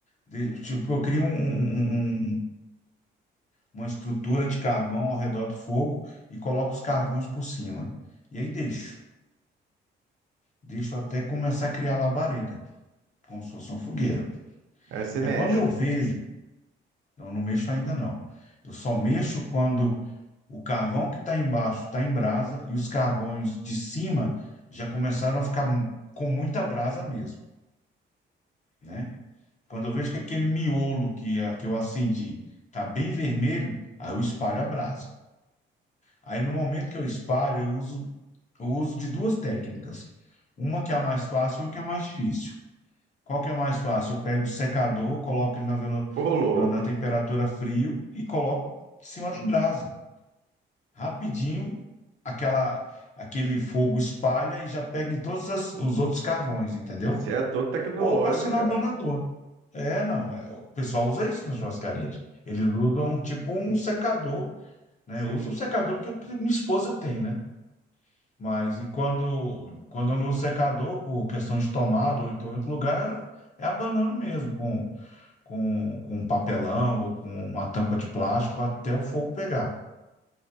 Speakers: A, on the left (about 35°); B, on the right (about 80°).
A: de- Tipo, eu crio um- um- um- um, um, uma estrutura de carvão ao redor do fogo e coloco os carvões por cima. E aí deixo, deixo até começar a criar labareda, como se fosse uma fogueira.
B: Aí você
A: Aí
B: mexe.
A: quando eu vejo Não, não mexo ainda não. Eu só mexo quando o carvão que está embaixo está em brasa e os carvões de cima já começaram a ficar mu- com muita brasa mesmo, né? Quando eu vejo que aquele miolo que, a- que eu acendi está bem vermelho, aí eu espalho a brasa. Aí no momento que eu espalho, eu uso, eu uso de duas técnicas. Uma que é a mais fácil e uma que é a mais difícil. Qual que é a mais fácil? Eu pego o secador, coloco ele na, velo-
B: Ô, louco.
A: na na temperatura frio e coloco em cima da brasa. Rapidinho, aquela, aquele fogo espalha e já pega em todos as- os outros carvões, entendeu?
B: Você é todo tecnológico,
A: Ou vai ser
B: cara.
A: no abanador. É, não. é, o pessoal usa isso na churrascaria. Eles usam tipo um secador, né?
B: Sim.
A: Usa um secador porque o que minha esposa tem, né? Mas e quando, quando eu não uso secador, por questão de tomada ou então em outro lugar, é abanando mesmo, com, com, com papelão ou com uma tampa de plástico até o fogo pegar.